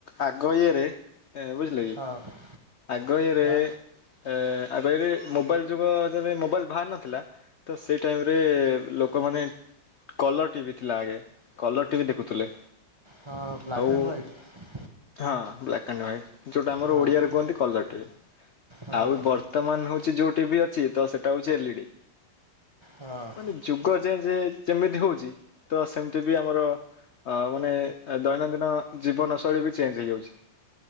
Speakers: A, on the left; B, on the right.
A: ଆଗ ଇଏରେ ଏ ବୁଝି ଲେକି
B: ହଁ
A: ଆଗ ଇଏରେ
B: ଆଁ
A: ଏ ଆଗ ଇଏରେ ମୋବାଇଲ୍ ଯୁଗ ଯଦି ମୋବାଇଲ୍ ବାହାର ନଥିଲା। ତ ସେଇ ଟାଇମରେ ଲୋକମାନେ କଲର ଟିଭି ଥିଲା ଆଗେ କଲର ଟି ଭି ଦେଖୁଥିଲେ।
B: ହଁ ବ୍ଲାକ୍
A: ଆଉ
B: ଆଣ୍ଡ ହ୍ୱାଇଟ।
A: ହଁ ବ୍ଲାକ୍ ଆଣ୍ଡ ହ୍ୱାଇଟ୍ ଯୋଉଟା ଆମର
B: ହଁ
A: ଓଡିଆରେ କୁହନ୍ତି କଲର ଟି ଭି
B: ହଁ
A: ଆଉ
B: ହଁ
A: ବ ର୍ତ୍ତମାନ ହଉଛି ଯୋଉ ଟିଭି ଅଛି ତ ସେଟା ହଉଛି ଏଲ ଇଡି
B: ହଁ।
A: ମାନେ ଯୁଗ ଚେଞ୍ଜ ଯେମିତି ହଉଛି ତ ସେମିତି ବି ଆମର ଅ ମାନେ ଏ ଦୈନନ୍ଦିନ ଜୀବନଶୈଳୀ ବି ଚେଞ୍ଜ ହେଇଯାଉଛି।